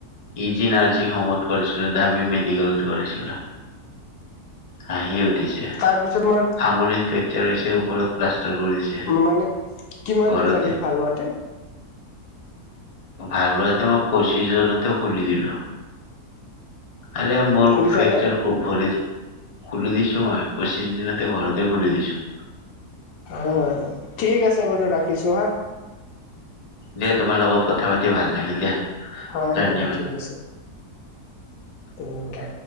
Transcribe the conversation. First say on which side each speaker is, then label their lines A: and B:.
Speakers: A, on the left (about 50°); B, on the left (about 80°).
A: ই জি নাৰ্ছিং হোমত কৰিছিলোঁ দামি মেডিকেলত কৰিছিলোঁ। হাঁহি উঠিছে
B: তাৰপিছত মই
A: আঙুলিত ফ্ৰেকচাৰ হৈছে ওপৰত প্লাষ্টাৰ কৰি দিছে।
B: মানে কিমান
A: ঘৰতে।
B: দিন লাগিল ভাল হোৱাতে।
A: ভাল হোৱাতে মই পঁচিছ দিনতে খুলি দিলো। আৰে মোৰ
B: শুনিছানে
A: ফেকচাৰ খুব ভৰি খুলি দিছো মই পঁচিছ দিনতে ঘৰত। জে খুলি দিছো।
B: হয় ঠিক আছে বাৰু ৰাখিছো হা।
A: দিয়া তোমাৰ লগত কথা পাতি ভাল লাগিল দিয়া।
B: হয় হয়
A: ধন্যবাদ।
B: ঠিক আছে। উম দে।